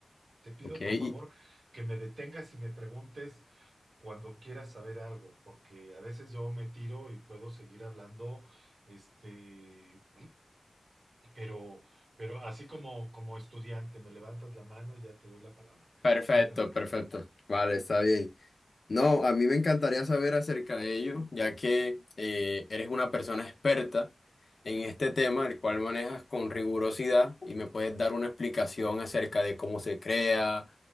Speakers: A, on the right; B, on the left.
A: Te pido
B: Ok, y-
A: por favor que me detengas y me preguntes cuando quieras saber algo, porque a veces yo me tiro y puedo seguir hablando, este, pero, pero así como, como estudiante, me levantas la mano y ya te doy la palabra.
B: perfecto,
A: <laughs>
B: perfecto. Vale, está bien. No, a mí me encantaría saber acerca de ello, ya que eh, eres una persona experta en este tema, el cual manejas con rigurosidad y me puedes dar una explicación acerca de cómo se crea,